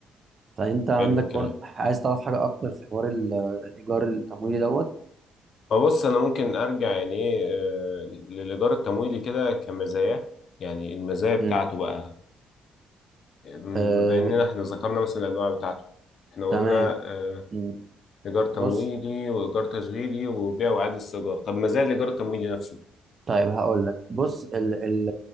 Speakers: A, on the right; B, on the left.
A: فانت عندك
B: حلو الكلام
A: برضه عايز تعرف حاجه اكتر في حوار ال- الايجار التمويلي دوت
B: فبص انا ممكن ارجع يعني ايه آه، للايجار التمويلي كده كمزايا يعني المزايا بتاعته
A: مم.
B: بقى بما
A: آه،
B: اننا احنا ذكرنا مثلا الانواع بتاعته احنا
A: تمام
B: قلنا آه،
A: مم.
B: ايجار تمويلي
A: بص
B: وايجار تشغيلي وبيع واعاده استئجار طب مزايا الايجار التمويلي نفسه
A: طيب هقول لك بص ال ال